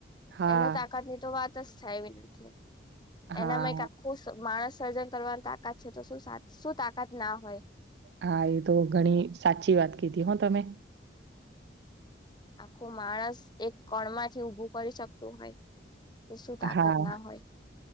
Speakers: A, on the right (about 65°); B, on the left (about 25°).
A: હા
B: એને તાકાતની તો વાત જ થાયવી નથી
A: હા
B: એનામાં એક આખો માણસ સર્જન કરવાની તાકાત છે તો શ શું તાકાત ના હોય
A: હા એ તો ઘણી સાચી વાત કીધી હો તમે
B: આખું માણસ એક કણમાંથી ઉઊભું કરી શકતું હોય તો શું તાકાત
A: હા
B: ના હોય